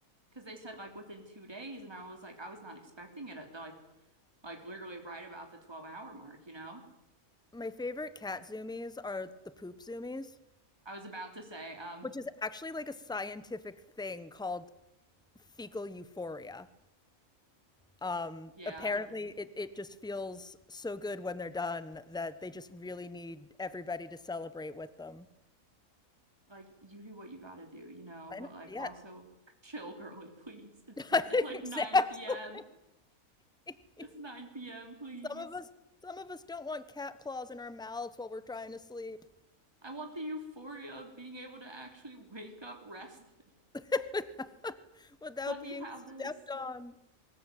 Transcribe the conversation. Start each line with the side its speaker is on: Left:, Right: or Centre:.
Right: because they said like within two days, and I was like, I was not expecting it at the like, like literally right about the 12 hour mark, you know?
Centre: My favorite cat zoomies are the poop zoomies,
Right: I was about to say, um,
Centre: which is actually like a scientific thing called fecal euphoria. Um,
Right: yeah,
Centre: apparently, it, it just feels so good when they're done that they just really need everybody to celebrate with them.
Right: like you do what you gotta do, you know,
Centre: I
Right: but
Centre: know,
Right: like
Centre: yeah,
Right: also <laughs> chill, girly, please. It's
Centre: <laughs> exactly.
Right: it's like 9 p.m.
Centre: <laughs>
Right: It's 9 p.m., please.
Centre: Some of us, some of us don't want cat claws in our mouths while we're trying to sleep
Right: I want the euphoria of being able to actually wake up rested.
Centre: <laughs> without,
Right: <laughs>
Centre: without
Right: Let me
Centre: being
Right: have
Centre: stepped
Right: this.
Centre: on.